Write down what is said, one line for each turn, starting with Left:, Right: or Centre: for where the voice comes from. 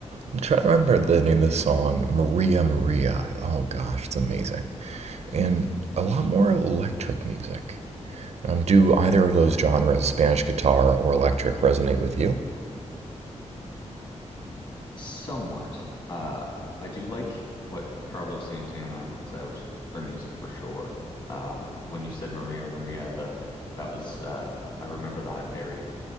Right: I'm trying to remember the name of the song, Maria Maria. Oh gosh, it's amazing. And a lot more electric music. Um, do either of those genres, Spanish guitar or electric, resonate with you?
Left: Somewhat. Uh, I do like what Carlos Santana puts out for music for sure. Uh, when you said Maria Maria, the that was uh, I remember that very